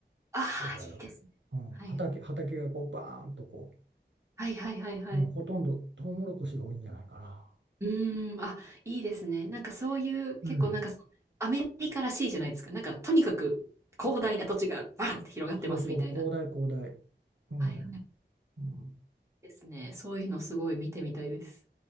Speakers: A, on the right; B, on the right.
A: ああー、
B: 郊外は。
A: いいですね。
B: うん、
A: はい。
B: 畑、畑がこうバーンとこ
A: はいはいはいはい。
B: う、うん、ほとんどトウモロコシが多いんじゃないかな。
A: うーん、あ、いいですね。なんかそういう、結構なんかそ、
B: うん、
A: アメリカらしいじゃないですか。なんか、とにかく広大な土地がバンって広がってますみたいな。
B: そうそう、広大広大。うん、
A: はいはい。
B: うん、
A: ですね。そういうのすごい見てみたいです。